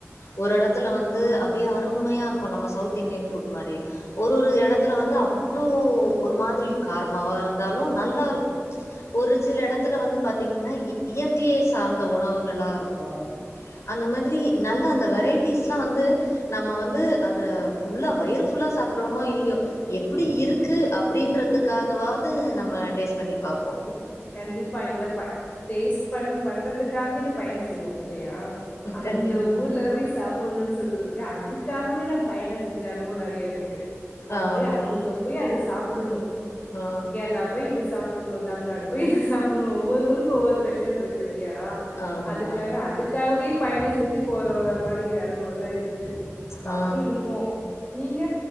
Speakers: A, on the left (about 70°); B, on the left (about 30°).
A: ஒரு எடத்துல வந்து அப்டியே அருமையாருக்கு நம்ம சவுத் இண்டியன் ஃபுட் மாரி ஒர ஒரு எடத்துல வந்து அவ்ளோ ஒரு மாதிரி காரமாவாருந்தாலு நல்லாருக்கு ஒரு சில எடத்துல வந்து பாத்தீங்ன்னா இயற்கையை சார்ந்த உணவுகளாருக்கு அந்த மாதிரி நல்ல அந்த வெரைட்டிஸ்லா வந்து நம்ம வந்து அத ஃபுல்லா வயிறுஃபுல்லா சாப்புட்றோமோ இல்லியோ புடி இருக்கு அப்டின்றத்துக்காகவாவ்து நம்ம டேஸ் பண்ணிபாப்போ
B: கண்டிப்பா இந்த ப்ப டேஸ்ட் பண் பண்றதுக்காஹ்வே இந்த பயண செய்வோ இல்லியா அந்த
A: கண்டிப்பா
B: ஊர்ல போய் சாப்பின்ணுன் சொல்றது ங்க அதுக்காகவே நா பயண செஞ்சாலு நெறையருக்கு நா
A: ஆமா
B: போய் அங்க போய் அத சாப்புடுணு
A: ஆ
B: கேர்ளா போய் இது சாப்புன்ணு தமிழ்நாடு போயிர் சாப்பின்ணு ஒவ்வொரு ஊருக்கு ஒவ்வொரு ஸ்பெஷல்ருக்கு இல்லியா
A: ஆமா
B: அதுக்காக அதுக்காகவே பயண செஞ்சு போற மாரி அனுபவெல்லா இருக்கு சாப்ட்டுருக்கு
A: ஆ
B: நீங்க